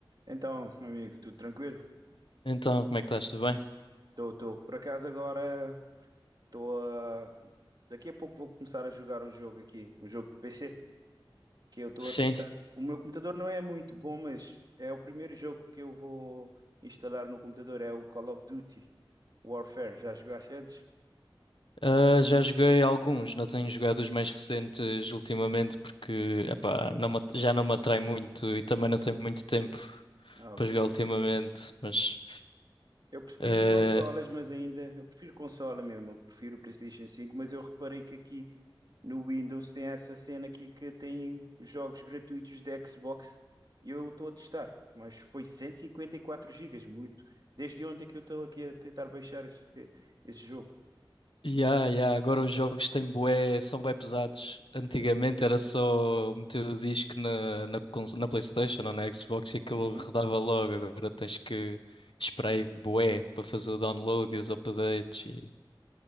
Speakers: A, on the right (about 50°); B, on the left (about 70°).
A: Então, meu amigo, tudo tranquilo?
B: Então, como é que estás? Tudo bem?
A: Estou, tô, tô. Por acaso agora estou a... Daqui a pouco vou começar a jogar um jogo aqui, um jogo de PC, que eu estou
B: Sim,
A: a testar. O meu computador não é muito bom, mas é o primeiro jogo que eu vou instalar no computador, é o Call of Duty Warfare. Já jogaste antes?
B: ah, já joguei alguns, não tenho jogado os mais recentes ultimamente porque epá, não me- já não me atrai muito e também não tenho muito tempo
A: Ah,
B: para
A: Ok.
B: jogar ultimamente, mas
A: Eu prefiro
B: ah,
A: consolas, mas ainda... Eu prefiro consola mesmo, eu prefiro o PlayStation 5, mas eu reparei que aqui no Windows tem essa cena aqui que tem jogos gratuitos de Xbox e eu estou a testar, mas foi 154 gigas muito. Desde ontem que eu estou aqui a tentar baixar esse, eh, esse jogo.
B: yeah, yeah, agora os jogos têm bué, são bué pesados. Antigamente era só meter o disco na, na, cons- na PlayStation ou na Xbox e aquilo
A: Uhum.
B: rodava logo, agora tens que esperar aí bué para fazer o download e os updates e